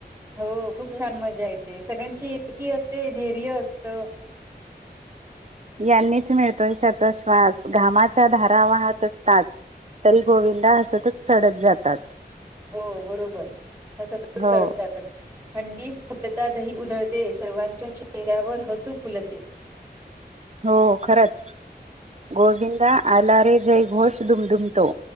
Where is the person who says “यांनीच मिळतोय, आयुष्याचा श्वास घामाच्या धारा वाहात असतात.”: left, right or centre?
Right